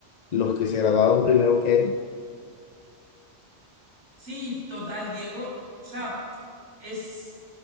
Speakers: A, on the left; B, on the right.
A: los que se graduaron primero que él.
B: Sí, total, Diego. O sea, es